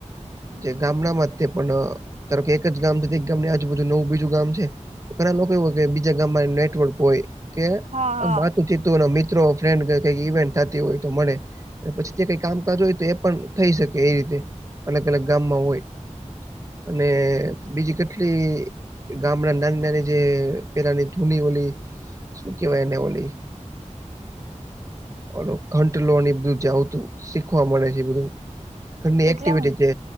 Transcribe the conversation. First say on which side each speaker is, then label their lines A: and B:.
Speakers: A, on the right; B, on the right.
A: હમ
B: જે ગામડામાં જ તે પણ ધારો કે એક જ ગામ છે તે એક ગામની આજુબાજુ નવું બીજું ગામ છે. તો પેલા
A: હમ
B: લોકો એવું હોય કે બીજા ગામમાં નેટવર્ક હોય કે
A: હા હા
B: આમ વાતું ચિતુ તું ને મિત્રો ફ્રેન્ડ કે કંઈક ઇવેન્ટ થાતી હોય તો મળે. પછી ત્યા કાઈ <unintelligible> હોય તો એ પણ થઈ શકે એ રીતે. અલગ અલગ ગામમાં હોય અને બીજી ગામડાની નાની નાની જે પેલાની જૂની ઓલી શું કેવાય એને ઓલી ઓલો ઘંટ લો <unintelligible> શીખવા મળે છે, બધું ઘરની એક્ટિવિટી
A: એટલે હું
B: જે